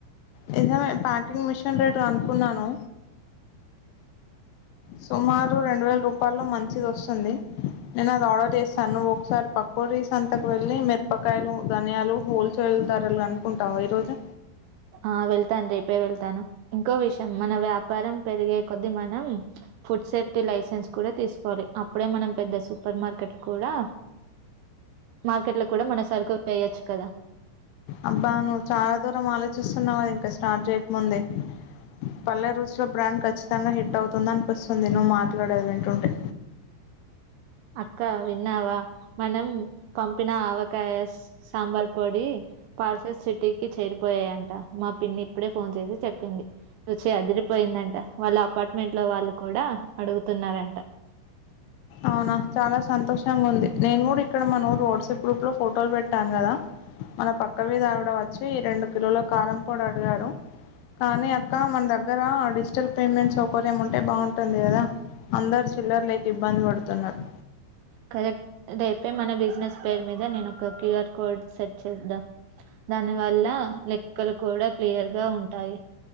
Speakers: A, on the left (about 80°); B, on the right (about 80°).
A: నిజమే ప్యాకింగ్ మిషన్ రేట్ అనుకున్నాను. సుమారు రెండు వేల రూపాయల్లో మంచిది వస్తుంది. నేను అది ఆర్డర్ చేస్తాన్ నువ్ ఒకసారి పక్కూరి సంతకు వెళ్లి మె పకాయలు ధన్యాలు హోల్సేల్ ధరలు అనుకుంటావా ఈరోజు
B: ఆ వెళ్తాను రేపే వెళ్తాను ఇంకో విషయం మన వ్యాపారం పెరిగే కొద్ది మనం ఫుడ్ సేఫ్టీ లైసెన్స్ కూడా తీసుకోవాలి. అప్పుడే మనం పెద్ద సూపర్ మార్కెట్ కూడా మార్కెట్ లో కుడ మన సరుకు వేయొచ్చు కదా
A: అబ్బా నువ్వు చాలా దూరం ఆలోచిస్తున్నావు అది ఇంకా స్టార్ట్ చేయకముందే పల్లె రుచుల బ్రాండ్ ఖచ్చితంగా హిట్ అవుతుంది అనిపిస్తుంది. నువ్వు మాట్లాడేది వింటుంటే
B: అక్క విన్నావా మనం పంపిన ఆవకాయ సాంబార్ పొడి పార్సెస్ సిటీకి చేరిపోయాయంట మా పిన్ని ఇప్పుడే ఫోన్ చేసి చెప్పింది. రుచి అదిరిపోయిందంట వాళ్ళు అపార్ట్మెంట్ లో వాళ్ళు కూడా అడుగుతున్నారుట
A: అవునా చాలా సంతోషంగా ఉంది. నేను కూడా ఇక్కడ మానూరు వాట్సాప్ గ్రూప్ లో ఫొటోలు పెట్టాను కదా మన పక్కన వీధి ఆవిడం వచ్చి, ఈ రెండు కిలోల కారంపూడి అడిగాడు. కానీ అక్క మన దగ్గర డిజిటల్ పేమెంట్ సౌకర్యం ఉంటే బాగుంటుంది కదా అందరు చిల్లర్ లేక ఇబ్బంది పడుతున్నారు
B: కరెటెడ్ మన బిజినెస్ పేరు మీద నేను ఒక క్యూఆర్ కోడ్ సెట్ చేద్దాం దాని వల్ల లెక్కలు కూడా క్లియర్ గా ఉంటాయి.